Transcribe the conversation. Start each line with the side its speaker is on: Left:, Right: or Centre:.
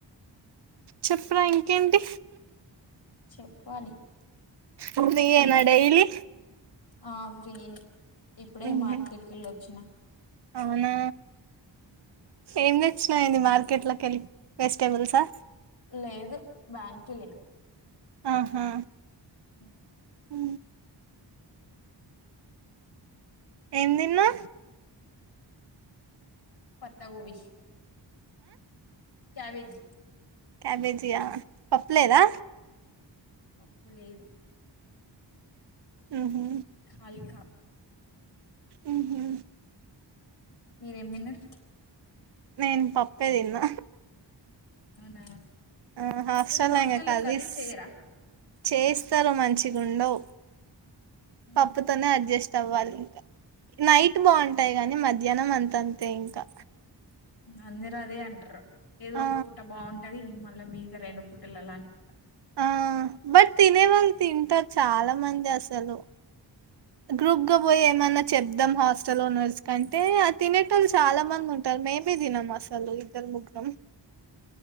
Right: చెప్పరా ఇంకేంటి
Left: చెప్పాలి
Right: అ ఫ్రీ డైలీ
Left: ఆ ఫ్రీని ఇప్పుడే
Right: ఉహు
Left: మార్కెట్కి వెళ్ళొచ్చిన
Right: అవునా ఏం తెచ్చినాయండి మార్కెట్ లోకి వెళ్ళి వెజిటేబుల్సా
Left: లేదు బ్యాంకిళ్లిన
Right: ఆహా
Left: హ
Right: హ ఏం తిన్నా
Left: పత్తకవి కేవేజీ
Right: క్యాబేజయా పావు లేదా
Left: అప్పు లేదు
Right: ఉహూ
Left: ఖాళీ కాపీ
Right: ఉహూ
Left: మీరేం తిన్నారు
Right: నేను పప్పేదిన్న
Left: అవునా
Right: ఆ హాస్టల్ంగా
Left: ఎందుకు హాస్టల్లో
Right: కర్రీస్
Left: చెయ్యరా
Right: చేయిస్తారు మంచిగుండవు
Left: ఉహు
Right: పప్పుతోనే అడ్జస్ట్ తవ్వాలి ఇంకా నైట్ బాగుంటాయి కానీ మధ్యాహ్నం అంతంతే ఇంకా
Left: అందరు అదే అంటారు ఏదో
Right: ఆ
Left: ఒక పుట్ట బాగుంటది మళ్ళీ మీగ రెండు పుట్టలు అలానే ఉ
Right: ఆ బట్ తినే వాళ్ళు తింటారు చాలా మంది అసలు గ్రూప్గ బోయి ఏమన్నా చెప్దాం హాస్టల్ ఓనర్స్ కంటే తినేట వాళ్ళు చాలా మంది ఉంటారు మేమే తినం అసలు ఇద్దరు ముగ్గురం